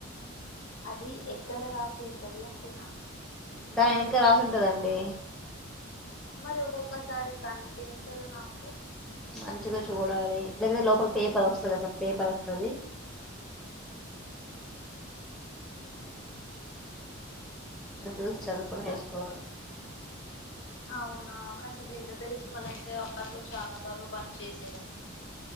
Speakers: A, on the left (about 65°); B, in the centre.
A: అది ఎక్కడ రాస్ సుంటది అంటున్న
B: దాని వెనక రాసుంటదండి
A: మరి ఒక్కొక్కసారి కనిపించదు నాకు
B: మంచిగ చూడాలి లేకతే లోపల పేపర్ వస్తది ఒక పేపర్ వస్తది చూసి చదువుకొని వేసుకోవాలి
A: అవునా కనీ జింద తిలస్మాన్ అయితే అప్పట్లో చాలా బాగా పని చేసి